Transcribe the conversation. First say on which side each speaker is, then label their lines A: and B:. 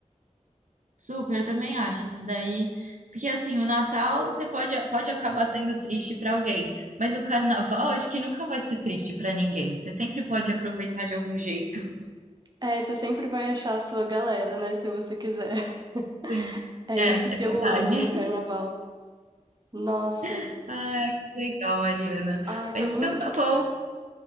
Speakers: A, on the right; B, on the right.
A: Super, eu também acho isso daí. Porque assim, o Natal você pode, pode acabar sendo triste para alguém, mas o Carnaval acho que nunca vai ser triste para ninguém. Você sempre pode aproveitar de algum jeito.
B: É, você sempre vai achar a sua galera, né? Se você quiser. <laughs>
A: Sim. <laughs>
B: É
A: É,
B: isso
A: é
B: que
A: verdade.
B: eu amo no carnaval. Nossa.
A: <laughs> Ai, que legal, Mariana.
B: Ai, foi
A: Mas
B: muito,
A: então tá bom.